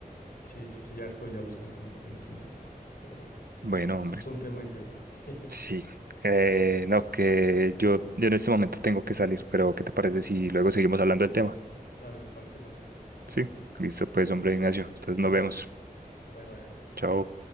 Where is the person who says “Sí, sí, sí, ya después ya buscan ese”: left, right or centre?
Left